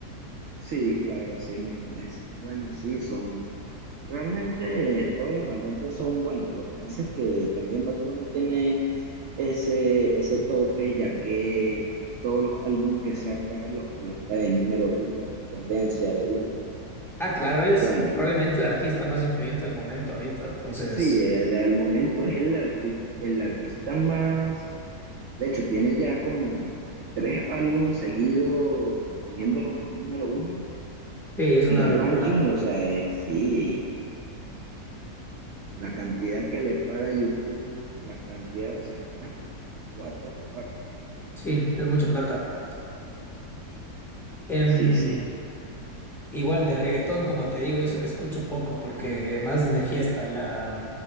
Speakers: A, on the right; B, in the centre.
A: Sí, claro, así mismo es. Bueno, sí, son, realmente eh, todos los cantantes son buenos. Lo que pasa es que también Bad Bunny tiene ese, ese tope, ya que todos los álbumes que saca los coloca de número uno, tendencia de uno.
B: Ah, claro, eres
A: O sea,
B: probablemente el artista más influyente del momento ahorita, entonces,
A: sí, eh, de al momento es el, arti- el artista más, de hecho, tiene ya como tres álbumes seguidos poniéndolos del número uno
B: sí, es una
A: en el
B: locura.
A: ranking, o sea, eh, sí, la cantidad que le paga YouTube, la cantidad, o sea, es una, what the fuck,
B: Sí, es mucha plata. Em,
A: sí, sí,
B: igual de reggaetón, como te digo, y eso que escucho poco, porque más de fiesta, la... o